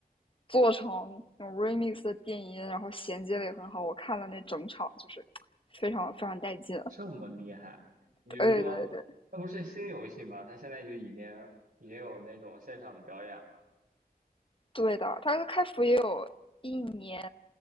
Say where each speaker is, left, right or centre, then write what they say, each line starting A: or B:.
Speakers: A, on the left; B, on the right.
A: 做成那种 remix 的电音，然后衔接的也很好。我看了那整场，就是非常非常带劲。
B: 这么厉害？你是说它不是新游戏吗？
A: 对对对，
B: 它现在就已经已经有那种现场的表演了。
A: 对的，他开服也有一年，